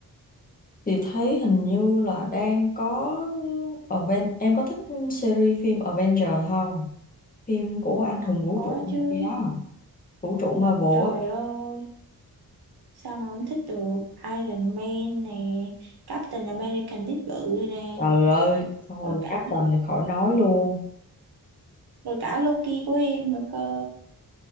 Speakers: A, on the left; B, on the right.
A: thì thấy hình như là đang có Aven em có thích series phim Avenger không? Phim của anh hùng vũ
B: Có
A: trụ
B: chứ
A: kia á, vũ trụ Marvel
B: Trời
A: á.
B: ơi Sao mà không thích được Iron Man nè Captain American đít bự nè
A: Trời ơi, thôi
B: Rồi cả
A: Captain thì khỏi nói luôn.
B: Rồi cả Loki của em nữa cơ